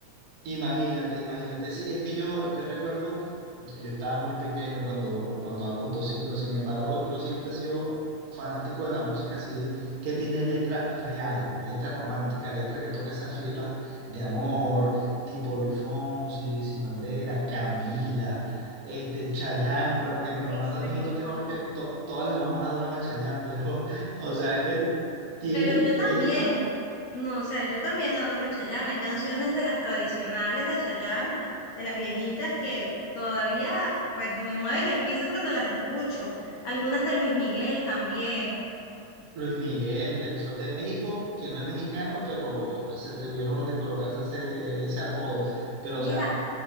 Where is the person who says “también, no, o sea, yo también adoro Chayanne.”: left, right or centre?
Left